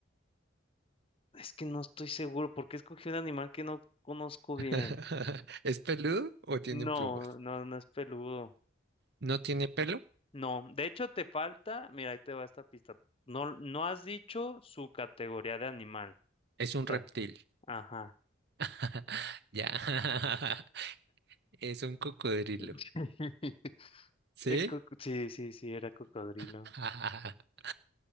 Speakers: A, on the left; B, on the right.
A: es que no estoy seguro porque escogí un animal que no conozco
B: <laughs>
A: bien.
B: ¿Es peludo o
A: No,
B: tiene plumas?
A: no, no es peludo.
B: No tiene pelo.
A: No, de hecho te falta, mira, ahí te va esta pista. No, no has dicho su categoría de animal.
B: Es un
A: O sea,
B: reptil.
A: Ajá.
B: <laughs> Ya. <laughs> Es un cocodrilo.
A: <laughs>
B: ¿Sí?
A: El coco- sí, sí, sí, era cocodrilo.
B: <laughs>